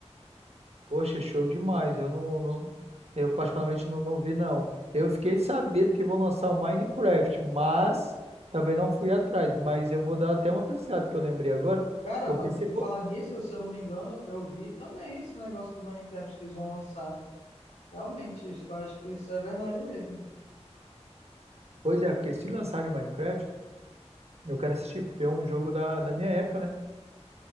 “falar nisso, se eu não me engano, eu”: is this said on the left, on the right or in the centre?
Left